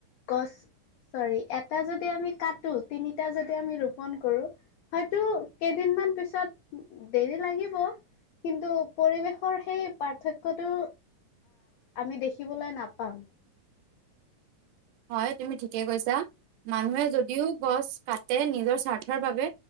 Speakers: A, on the left (about 80°); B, on the right (about 80°).
A: গছ চ'ৰি এটা যদি আমি কাটো তিনিটা যদি আমি ৰোপন কৰো হয়তো কেইদিনমান পিছত দেৰি লাগিব। কিন্তু পৰিৱেশৰ সেই পাৰ্থক্যটো আমি দেখিবলৈ নাপাম।
B: হয়। তুমি ঠিকে কৈছা। মানুহে যদিও গছ কাট তে নিজৰ স্বাৰ্থৰ বাবে